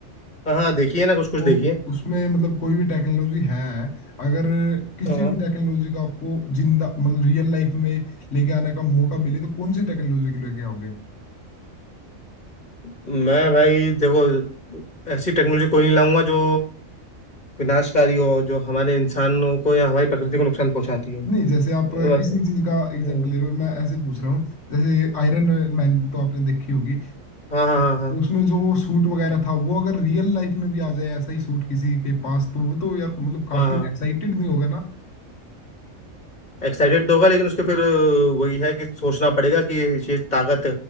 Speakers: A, on the left (about 35°); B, on the left (about 60°).
A: हाँ हाँ, देखिए ना कुछ कुछ
B: तो
A: देखिए
B: उसमें मतलब कोई भी टेक्नोलॉजी है अगर किसी
A: हाँ
B: भी टेक्नोलॉजी का आपको जिंदा मतलब रियल लाइफ में लेके आने का मौका मिले तो कौन सी टेक्नोलॉजी को लेके आओगे
A: मैं भाई देखो ऐसी टेक्नोलॉजी कोई नहीं लाऊंगा जो विनाशकारी हो जो हमारे इंसानों को या हमारी प्रकृति को नुकसान पहुंचाती हो
B: नहीं जैसे आप
A: बस-
B: इसी चीज का एग्जांपल
A: हम्म,
B: ले रहे हो मैं ऐसे पूछ रहा हूँ जैसे आयरन मैन तो आपने देखी होगी
A: हाँ हाँ हाँ
B: उसमें जो वो सूट वगैरह था वो अगर रियल लाइफ में भी आ जाए ऐसा ही सूट किसी के पास तो वो तो यार मतलब काफी
A: हाँ हाँ
B: एक्साइटेड नहीं होगा ना
A: एक्साइटेड तो होगा लेकिन उसके फिर अ, वही है कि सोचना पड़ेगा कि ये ताकत